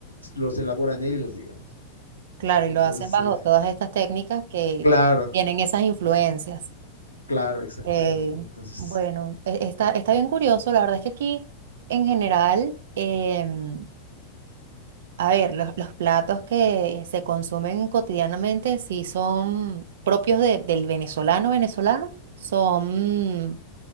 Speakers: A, on the left (about 80°); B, on the right (about 55°).
A: los elaboran ellos, digamos.
B: claro,
A: Entonces,
B: y lo hacen bajo todas estas técnicas que
A: claro,
B: tienen esas influencias.
A: claro, exactamente.
B: Eh,
A: Entonces,
B: bueno, e- está, está bien curioso, la verdad es que aquí en general, em, a ver, los, los platos que se consumen cotidianamente, si son propios de- del venezolano venezolano, son